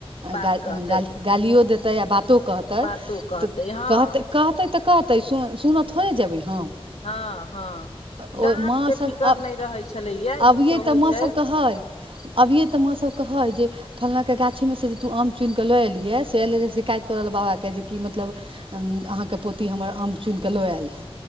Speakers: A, on the left; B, on the right.
A: बात
B: ग-
A: कहतै
B: गालि- गालिओ देतै, आ बातो कहतै
A: बातो कहतै
B: तऽ
A: हँ
B: कहतै-कहतै कहतै सु- सुनऽ थोड़े जेबै हम।
A: हँ हँ
B: ओ
A: डाँट
B: माँ
A: के
B: सब
A: फिकर
B: अ
A: नहि रहै छलैया
B: -अबियै
A: ई सब
B: तऽ
A: होइ
B: माँसभ
A: छै
B: कहै। अबिये तऽ माँसब कहै जे फंलाके गाछ गाछ में से जे तू आम चुनिकऽ लऽ एलिह से एल रहै शिकायत करऽ ले बाबा के जे कि मतलब अहाँके पोती हमर आम चुनिकऽ लऽ आयल हँ